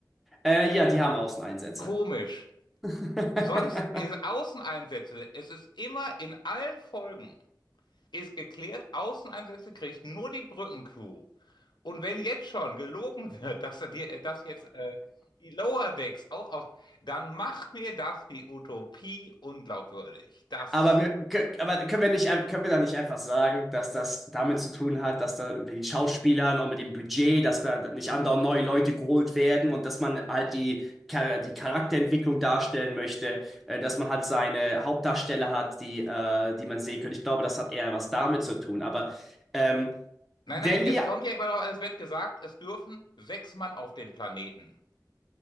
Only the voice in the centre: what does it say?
äh, ja, die haben Außeneinsätze.
<laughs>
Aber, wir, kö- aber können wir nicht, ein- können wir da nicht einfach sagen, dass das damit zu tun hat, dass da mit den Schauspielern und mit dem Budget, dass da nicht andauernd neue Leute geholt werden und dass man halt die, Char- die Charakterentwicklung darstellen möchte, äh, dass man halt seine Hauptdarsteller hat, die, äh, die man sehen kann. Ich glaube, das hat eher was damit zu tun. Aber ähm,
wenn
wir,